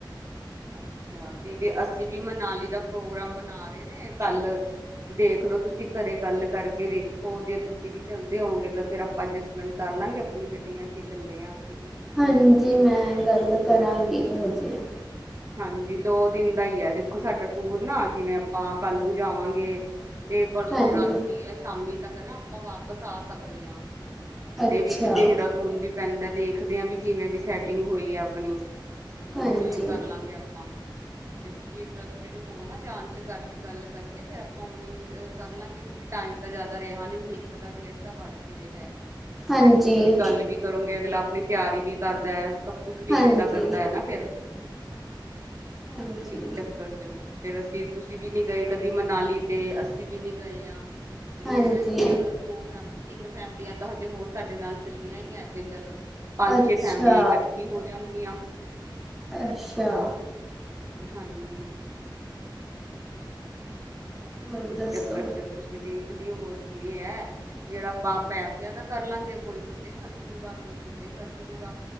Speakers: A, on the right; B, in the centre.
A: ਅੱਛਾ ਤੇ ਵੇ ਅਸੀਂ ਵੀ ਮਨਾਲੀ ਦਾ ਪ੍ਰੋਗਰਾਮ ਬਣਾ ਰਹੇ ਨੇ, ਕੱਲ ਦੇਖਲੋ ਤੁਸੀਂ, ਘਰੇ ਗੱਲ ਕਰਕੇ, ਵੇਖੋ ਜੇ ਤੁਸੀਂ ਵੀ ਚੱਲਦੇ ਹੋਂਗੇ ਤਾਂ ਫਿਰ ਅਪਾਂ ਅਜਸਟਮੈਂਟ ਕਰ ਲਾਂਗੇ, ਆਪਣੀ ਗੱਡੀਆਂ ਚ ਹੀ ਚੱਲੇ ਹਾਂ ਅਸੀਂ ਵੀ
B: ਹਂਜੀ, ਮੈਂ ਗੱਲ ਕਰਾਂਗੀ ਹਜੇ। ਵਧੀਆ
A: ਹਂਜੀ, ਦੋ ਦਿਨ ਦਾ ਹੀ ਹੈ, ਦੇਖੋ ਸਾਡਾ ਟੂਰ ਨਾ, ਜਿਵੇਂ ਅਪਾਂ ਕੱਲ ਨੂੰ ਜਾਵਾਂਗੇ ਤੇ ਪਰਸੋਂ
B: ਹਾਂਜੀ
A: ਰਾਤੀ ਯਾ ਸ਼ਾਮੀ ਤੱਕ ਨਾ, ਆਪਾਂ ਵਾਪਸ ਆ ਸਕਦੇ ਹਾਂ।
B: ਅੱਛਾ
A: ਤੇ ਵਿੱਚ ਦੇਹਰਾਦੂਨ ਵੀ ਪੈਂਦਾ। ਦੇਖਦੇ ਆ ਵੀ, ਜਿਵੇਂ ਵੀ ਸੈਟਿੰਗ ਹੋਈ ਆ ਆਪਣੀ। ਉਵੇਂ
B: ਹਂਜੀ।
A: ਕਰ ਲਾਂਗੇ ਅਪਾਂ। ਜੇ ਤੁਸੀਂ ਇੰਟਰਸਟਡ ਹੋ ਨਾ, ਜਾਣ ਚ ਘਰ ਚ ਗੱਲ ਕਰਕੇ, ਫੇਰ ਅਪਾਂ ਉਵੇਂ ਕਰ ਲਾਂਗੇ। ਟਾਈਮ ਤਾਂ ਜਿਆਦਾ ਰੇਹਾ ਨੀ। ਹੁਣ ਇੱਕ ਤਾਂ ਡੇਢ ਤਾਂ ਵੱਜ ਹੀ ਰੇਹਾ।
B: ਹਾਂਜੀ,
A: ਗੱਲ ਵੀ ਕਰੋਂਗੇ। ਅਗਲਾ ਆਪਣੀ ਤਿਆਰੀ ਵੀ ਕਰਦਾ ਹੈ ਕੁਛ ਵੇਖਦਾ,
B: ਹਾਂਜੀ,
A: ਕਰਦਾ ਹੈ ਨਾ, ਫਿਰ
B: ਹਾਂਜੀ,
A: ਇਸ ਚੱਕਰ ਚ। ਫਿਰ ਅਸੀ, ਤੁਸੀ ਵੀ ਨਹੀਂ ਗਏ ਕਦੀ ਮਨਾਲੀ, ਤੇ ਅਸੀ ਵੀ ਨੀ ਗਏਆਂ। ਮੈਨੂੰ
B: ਹਾਂਜੀ,
A: ਇਹ ਹ ਕਿ ਚਲੋ ਇੱਕ ਜਾਂ ਦੋ ਤਿੰਨ ਫੈਮਲੀ ਆ ਫੈਮਲੀਆਂ ਤਾਂ ਹਜੇ ਹੋਰ ਸਾਡੇ ਨਾਲ ਚੱਲੀਆਂ ਹੀ ਹੈ, ਤੇ ਚੱਲ ਪੰਜ,
B: ਅੱਛਾ,
A: ਛੇ ਫੈਮਲੀਆਂ ਇਕੱਠੀ ਹੋ ਜਾਣਗੀਆਂ
B: ਅੱਛਾ।
A: ਹਾਂਜੀ।
B: ਹੋਰ
A: ਇਸ
B: ਦੱਸੋ?
A: ਚੱਕਰ ਚ ਤੁਸੀਂ ਦੇਖ ਦੇਖ ਲਓ ਹੋਰ ਕੀ ਹੈ। ਜਿਹੜਾ ਅਪਾਂ ਪੈਸੇਆ ਦਾ ਕਰ ਲਾਂਗੇ। ਕੋਈ ਕਿਤੇ ਖਰਚ ਲੂਗਾ, ਕੋਈ ਕਿਤੇ ਖਰਚਲੂਗਾ